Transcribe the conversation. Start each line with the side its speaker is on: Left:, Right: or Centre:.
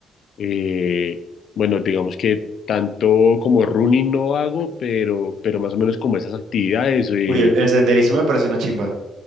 Left: eh, bueno, digamos que tanto como running no hago, pero, pero más o menos como esas actividades. eh,
Right: Uy, el, el senderismo me parece una chimba.